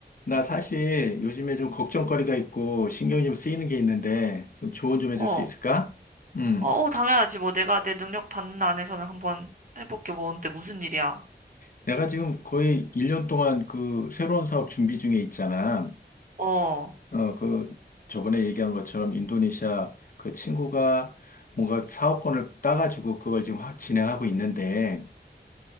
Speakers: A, on the left; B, on the right.
A: 나 사실 요즘에 좀 걱정거리가 있고 신경이 좀 쓰이는 게 있는데 좀 조언 좀 해줄
B: 어,
A: 수 있을까? 음.
B: 어, 어, 당연하지. 뭐 내가 내 능력 닿는 안에서는 한번 해볼게. 뭔데, 무슨 일이야?
A: 내가 지금 거의 1년 동안 그 새로운 사업 준비 중에 있잖아.
B: 어, 어,
A: 어, 그 저번에 얘기한 것처럼 인도네시아 그 친구가 뭔가 사업권을 따가지고 그걸 지금 확 진행하고 있는데